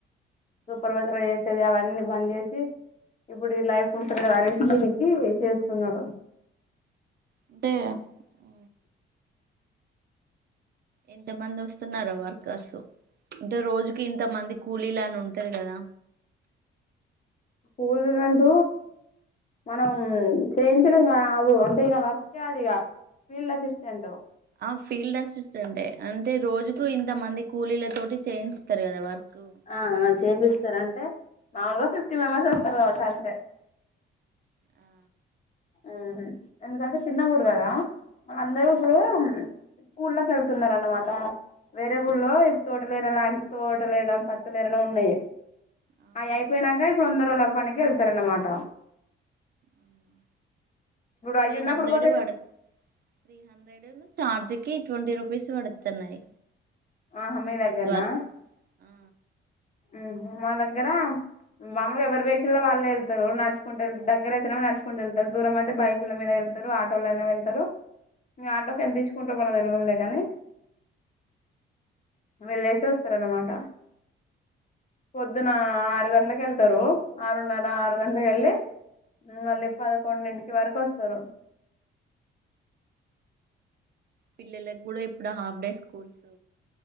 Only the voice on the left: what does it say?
సూపర్
వైజరా వేసేది అవన్నీ బంద్ చేసి ఇప్పుడు ఈ లైఫ్ ఉంటడు కదా అనేసి దీనికి చేస్తున్నాడు
పోూల్ రంట మనం చేయించడం కాదు అంటేన వర్క్ కాదు ఇగ ఫీల్డ్ అసిస్టెంట్
ఆ చేపిస్తారంటే మామూలుగా ఫిఫ్టీ మెంబర్స్ వస్తారు కావచ్చు అంతే
మ్మ్ హ్ ఎందుకంటే చిన్న ఊరు కదా వాళ్ళందరూ
ఇప్పుడు హ్మ్ స్కూల్లో చదువుతున్నార అనమాట వేరే ఊళ్లో ఇ తోటలేరనన్ తోట లేరడం పత్తు లేరడం ఉన్నాయి
అయి అయిపోయినాక ఇప్పుడు వందరులో పనికి వెళ్తారా అన్నమాట
అవి
ఉన్నప్పుడు
పోతే
ఆహా
మీ దగ్గరనా
ఉహు మా దగ్గర మామలుగా ఎవరు వెహికల్ల్లో వాళ్ళు వెళ్తారు నడుచుకుంట వెళ్తారు. దగ్గరైతేనేమో నడుచుకుంటూ వెళ్తారు. దూరం అయితే బైకుల మీద వెళ్ త్తారు ఆటో లైన వెళ్తారు ఇంగ ఆటోకి ఎంత ఇచ్చుకుంటారో మనకు తెలువదులేగాని వెళ్ళేసి వస్తారన్నమాట పొద్దున ఆరు గంటలకి వెళ్తారు ఆరున్నర ఆరు గంటలకి వెళ్ళి మళ్ళీ పదకొండుడింటికి వరకు వస్తారు